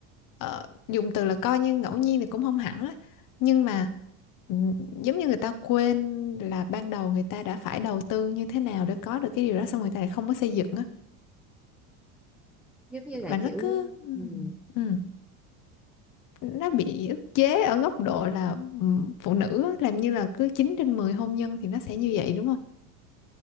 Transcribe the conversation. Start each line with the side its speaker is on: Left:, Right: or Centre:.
Left: Ờ, dùng từ là coi như ngẫu nhiên thì cũng không hẳn á, nhưng mà ừm, giống như người ta quên là ban đầu người ta đã phải đầu tư như thế nào để có được cái điều đó xong người ta lại không có xây dựng á
Centre: giống như là
Left: mà nó
Centre: kiểu
Left: cứ
Centre: ừm,
Left: ừ nó bị ức chế ở góc độ là ừm, phụ nữ á, làm như là cứ 9 trên 10 hôn nhân thì nó sẽ như vậy đúng không?